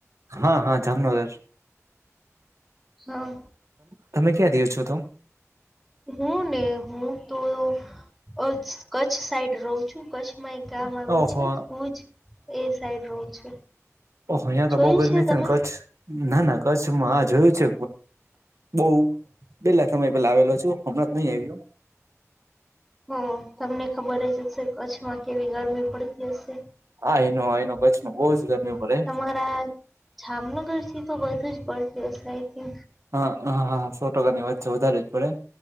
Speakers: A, on the right (about 65°); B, in the centre.
A: હા, હા જામનગર.
B: હા,
A: તમે ક્યાં રહ્યો છો તો
B: <inaudible> હું ને હું તો અચ્છ કચ્છ સાઈડ ર રવ છું. કચ્છમાં એક ગામ આયવું
A: ઓહો
B: છે ભુજ એ સાઈડ રઉ છું.
A: ઓહો યા તો
B: જોયું
A: બહુ ગરમી છે
B: તમે
A: ને. કચ્છ ના ના કચ્છમાં આ જોયું છે બઉ પેલા સમય પેલા આવેલો છું હમણાંથી નહી આયવો.
B: હન. તમને ખબર જ હશે કચ્છમાં કેવી ગરમી પડતી હશે.
A: હા એનો
B: <inaudible>
A: એનો કચ્છમાં બહુ જ ગરમી પડે
B: તમારા જામનગરથી તો વધું જ પડતી હશે આઈ થિન્ક.
A: હા હા હા. સો ટકાની વાત છે. વધારે જ પડે